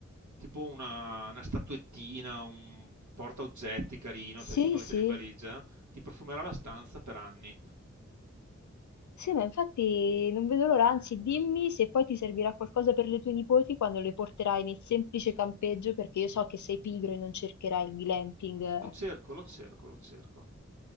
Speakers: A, on the right (about 75°); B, on the left (about 80°).
A: tipo una, una statuettina, un portaoggetti carino,
B: Sì,
A: sai, che ti puoi
B: sì.
A: mettere in valigia ti profumerà la stanza per anni.
B: Sì, ma infatti non vedo l'ora, anzi dimmi se poi ti servirà qualcosa per le tue nipoti quando le porterai nel semplice campeggio, perché io so che sei pigro e non cercherai il glamping.
A: Lo cerco, lo cerco, lo cerco.